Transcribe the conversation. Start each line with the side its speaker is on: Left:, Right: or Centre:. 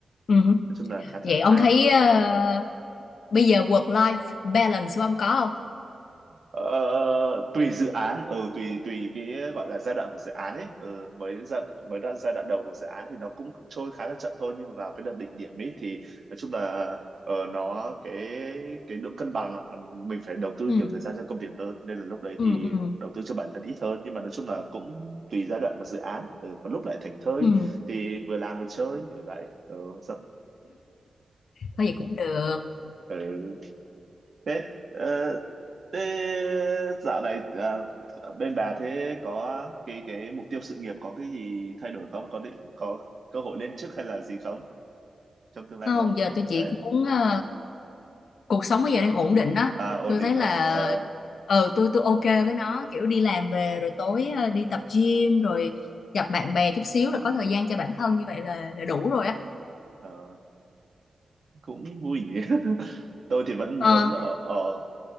Left: ừ hứ.
Right: nói chung là khá thoải
Left: vậy
Right: mái
Left: ông thấy ờ, bây giờ work life balance của ông có không
Right: Ờ, tùy dự án ừ tùy tùy cái gọi là giai đoạn của dự án ấy ừ, mới giai mới đoạn giai đoạn đầu của dự án thì nó cũng trôi khá là chậm thôi nhưng mà vào cái đợt đỉnh điểm ấy thì nói chung là ờ, nó cái cái độ cân bằng là mình phải đầu tư
Left: ừ
Right: nhiều thời gian cho công việc hơn nên là lúc đấy
Left: ừ
Right: thì
Left: ừ
Right: đầu tư cho bản thân ít hơn nhưng mà nói chung là cũng tùy giai đoạn của dự án ừ, có lúc lại thảnh thơi
Left: ừ
Right: thì vừa làm vừa chơi rồi lại ừ, sợ.
Left: thôi vậy cũng được
Right: Ừ. thế ờ, thế dạo này ờ, bên bà thế có cái cái mục tiêu sự nghiệp có cái gì thay đổi không có định có cơ hội lên chức hay là gì không trong tương lai
Left: không
Right: gần
Left: giờ tôi
Right: kiểu
Left: chỉ
Right: đấy
Left: muốn ờ, cuộc sống bây giờ đang ổn định á
Right: à ổn
Left: tôi
Right: định
Left: thấy là
Right: à, Ờ,
Left: ờ tôi tôi ok với nó kiểu đi làm về rồi tối ờ, đi tập gym rồi gặp bạn bè chút xíu rồi có thời gian cho bản thân như vậy là, là đủ rồi á
Right: ờ, cũng vui nhỉ <laughs> tôi thì vẫn
Left: ờ
Right: muốn ở, ở